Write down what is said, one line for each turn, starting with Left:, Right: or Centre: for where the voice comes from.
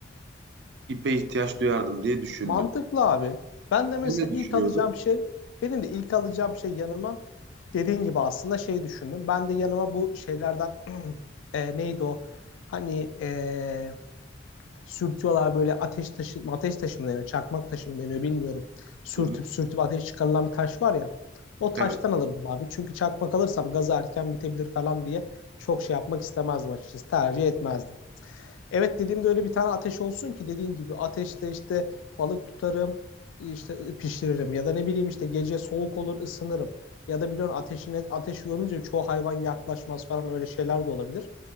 Right: ipe ihtiyaç duyardım diye düşündüm.
Left: Mantıklı abi. Ben de mesela
Right: Sen ne düşünüyordun?
Left: ilk alacağım şey, benim de ilk alacağım şey yanıma dediğin gibi aslında şey düşündüm. Ben de yanıma bu şeylerden <clears throat> e, neydi o? Hani e, sürtüyorlar böyle ateş taşı, ateş taşı mı deniyor, çakmak taşı mı deniyor bilmiyorum. Sürtüp
Right: Hı hı.
Left: sürtüp ateş çıkarılan bir taş var ya. O taştan
Right: Evet,
Left: alırdım abi. Çünkü çakmak alırsam gazı erken bitebilir falan diye çok şey yapmak istemezdim açıkçası. Tercih etmezdim. Evet dediğimde öyle bir tane ateş olsun ki dediğin gibi ateşle işte balık tutarım, işte pişiririm ya da ne bileyim işte gece soğuk olur ısınırım. Ya da biliyorsun ateşine ateş yorulunca çoğu hayvan yaklaşmaz falan öyle şeyler de olabilir.